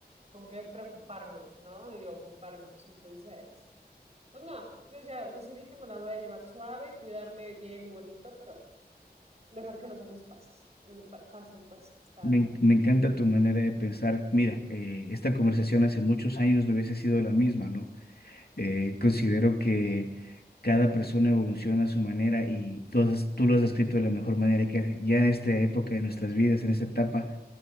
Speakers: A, on the right; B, on the left.
A: con qué preocuparnos, ¿no? Y ocuparnos. Entonces, pues no, yo ya decidí que me la voy a llevar suave, cuidarme bien y bonito, pero dejar que los años pases, pa- pasen, pues, está
B: Me, en- me encanta tu manera de pensar. Mira, eh, esta conversación hace muchos años no hubiese sido la misma, ¿no? Eh, considero que cada persona evoluciona a su manera y tú, has- tú lo has descrito de la mejor manera que ya en esta época de nuestras vidas, en esta etapa,